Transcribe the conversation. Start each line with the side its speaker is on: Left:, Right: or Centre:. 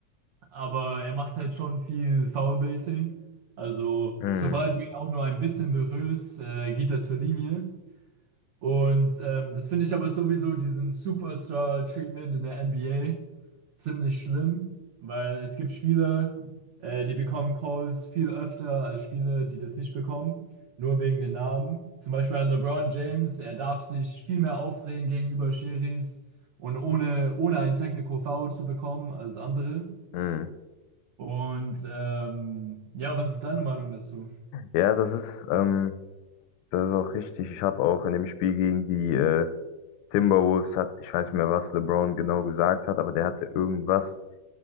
Right: aber er macht halt schon viel Foulbaiting. Also,
Left: Hm,
Right: sobald du ihn auch nur ein bisschen berührst, äh, geht er zur Linie. Und ähm, das finde ich aber sowieso diesen Superstar-Treatment in der NBA ziemlich schlimm, weil es gibt Spieler, äh, die bekommen Calls viel öfter als Spieler, die das nicht bekommen, nur wegen den Namen. Zum Beispiel an LeBron James, er darf sich viel mehr aufregen gegenüber Schiris und ohne, ohne einen Technical Foul zu bekommen als andere.
Left: hm.
Right: Und ähm, ja, was ist deine Meinung dazu?
Left: Ja, das ist, ähm, das ist auch richtig. Ich habe auch in dem Spiel gegen die äh, Timberwolves, hat, ich weiß nicht mehr, was LeBron genau gesagt hat, aber der hatte irgendwas